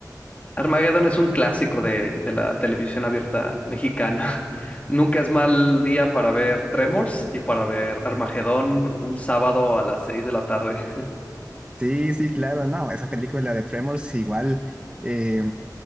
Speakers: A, on the left; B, on the right.
A: Armageddon es un clásico de, de la televisión abierta mexicana. <laughs> Nunca es mal día para ver Tremors y para ver Armagedón un sábado a las 6 de la tarde.
B: Sí, sí, claro, no, esa película de Tremors igual. eh,